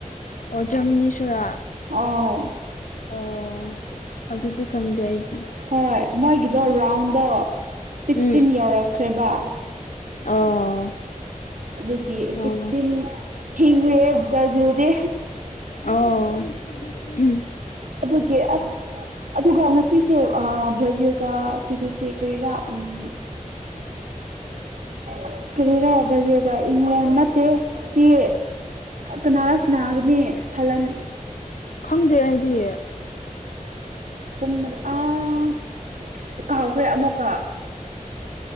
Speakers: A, on the left; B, on the right.
A: ꯑꯣ ꯖꯔꯃꯅꯤꯁꯨꯔꯥ
B: ꯑꯥꯎ
A: ꯑꯣ.. ꯑꯗꯨꯗꯤ ꯈꯪꯗꯦ ꯑꯩꯗꯤ
B: ꯍꯣꯏ ꯃꯣꯏꯒꯤꯗꯣ ꯔꯥꯎꯟꯗꯣ ꯁꯤꯛꯁꯇꯤꯟ
A: ꯎꯝ
B: ꯌꯧꯔꯛꯈ꯭ꯔꯦꯕ
A: ꯑꯣ
B: ꯑꯗꯨꯒꯤ
A: ꯑꯣ
B: ꯁꯤꯛꯁꯇꯤꯟ ꯍꯤꯡꯒ꯭ꯔꯦ ꯕ꯭ꯔꯥꯖꯤꯜꯗꯤ
A: ꯑꯣ ꯎꯝ
B: ꯑꯗꯨꯒꯤ ꯑꯁ ꯑꯗꯨꯒ ꯉꯁꯤꯁꯦ ꯕ꯭ꯔꯥꯖꯤꯜꯒ ꯁꯤ ꯁꯤ ꯁꯤ ꯀꯔꯤꯔꯥ ꯎꯝ ꯑꯁ ꯀꯔꯤꯔ ꯕ꯭ꯔꯥꯖꯤꯛꯒ ꯏꯪꯪꯂꯦꯟ ꯅꯠꯇꯦ ꯆꯦ ꯀꯅꯥꯔ ꯁꯥꯟꯅꯒꯅꯤ ꯍꯥꯜꯂꯟ
A: ꯈꯪꯗꯩ ꯑꯩꯗꯤ
B: ꯀꯨꯝꯃ ꯑꯥ ꯀꯥꯎꯈ꯭ꯔꯦ ꯑꯃꯨꯛꯀ